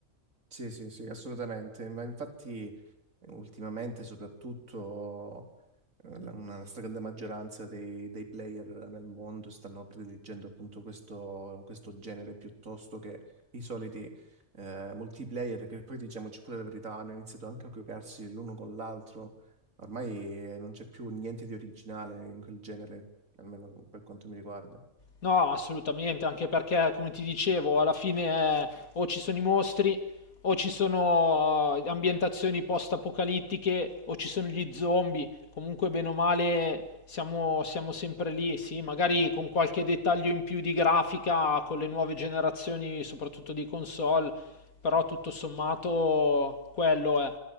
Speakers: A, on the right (about 70°); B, on the left (about 85°).
A: Sì, sì, sì, assolutamente. Ma infatti... Ultimamente, soprattutto, eh, la- una stragrande maggioranza dei, dei player nel mondo stanno prediligendo appunto questo, questo genere piuttosto che i soliti eh, multiplayer, che poi diciamoci pure la verità, hanno iniziato anche a copiarsi l'uno con l'altro. Ormai eh, non c'è più niente di originale in quel genere, almeno per quanto mi riguarda.
B: No, assolutamente, anche perché, come ti dicevo, alla fine eh, o ci sono i mostri, o ci sono eh, ambientazioni post-apocalittiche, o ci sono gli zombie. Comunque, bene o male, siamo, siamo sempre lì, sì, magari con qualche dettaglio in più di grafica, con le nuove generazioni, soprattutto di console, però tutto sommato quello è.